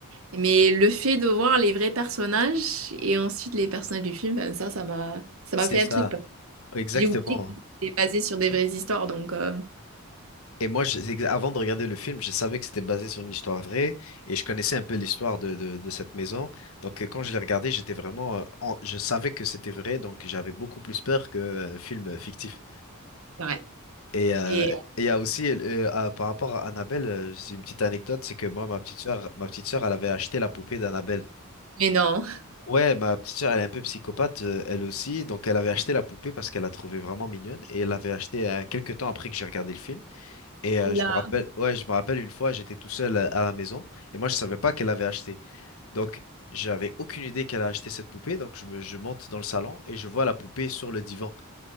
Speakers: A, on the right; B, on the left.
A: Mais le fait de voir les vrais personnages et ensuite les personnages du film, ben, ça, ça m'a ça m'a
B: C'est
A: fait
B: ça,
A: un truc.
B: exactement.
A: J'ai oublié qu'il était basé sur des vraies histoires, donc... euh,
B: Et moi, je- c'est exa- avant de regarder le film, je savais que c'était basé sur une histoire vraie et je connaissais un peu l'histoire de, de, de cette maison. Donc, euh, quand je l'ai regardé, j'étais vraiment, euh, en- je savais que c'était vrai, donc j'avais beaucoup plus peur qu'un film euh, fictif.
A: C'est vrai.
B: Et euh,
A: Et...
B: et il y a aussi, euh, à- par rapport à Annabelle, euh, c'est une petite anecdote, c'est que moi, ma petite sœur, ma petite sœur, elle avait acheté la poupée d'Annabelle.
A: Mais non.
B: Ouais, ma petite sœur, elle est un peu psychopathe, euh, elle aussi. Donc, elle avait acheté la poupée parce qu'elle la trouvait vraiment mignonne et elle l'avait achetée euh, quelques temps après que j'ai regardé le film. Et euh,
A: Là.
B: je me rappelle, ouais, je me rappelle une fois, j'étais tout seul à, à la maison et moi je savais pas qu'elle avait acheté. Donc j'avais aucune idée qu'elle a acheté cette poupée. Donc je me, je monte dans le salon et je vois la poupée sur le divan.